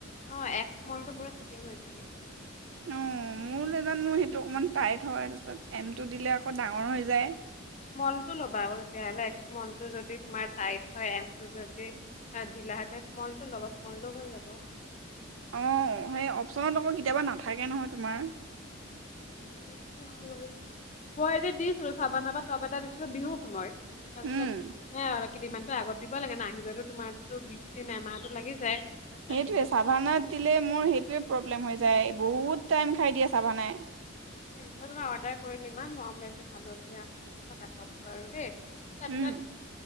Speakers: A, on the left (about 35°); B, on the right (about 65°).
A: অ এক্স স্মলটো পুৰা ফিটিং হৈ যায় মোৰ।
B: অ মোৰলে জানো সেইটো অকণমান টাইট হয়, তাৰপিছত এমটো দিলে আকৌ ডাঙৰ হৈ যায়।
A: স্মলটো ল'বা আক তেতিয়াহলে স্মলটো যদি তোমাৰ টাই হয় এমটো যদি ঢিলাতে স্মল ল'ব স্মলটো হৈ যাব।
B: অঁ সেই অপচনত আকৌ কেতিয়াবা নাথাকে নহয় তোমাৰ।
A: সেইটো বাৰু মই এতি দিছিলো চাবা নাবা তপ এটা দিছিলো বিহুৰ সময়ত। তাৰপিছত
B: উম
A: হ <unintelligible> কেইদিন মানতো আগত দিব লাগে ন, আহিবো তোমাৰতো বিশ দিন এমাহতো লাগি যায়। তাৰপিছত
B: সেইটোৱে চভানাত দিলে মোৰ সেইটোৱে প্ৰ ্ম হৈ যায় বহুত টাইম খাই দিয়ে ছাভানাই।
A: এতিয়া তোমাৰ অৰ্ডাৰ কৰিলো ইমান মৰম লাগিছে হালধীয়া মৰম লগা টপটো আৰু দেই। তাৰপিছত
B: উম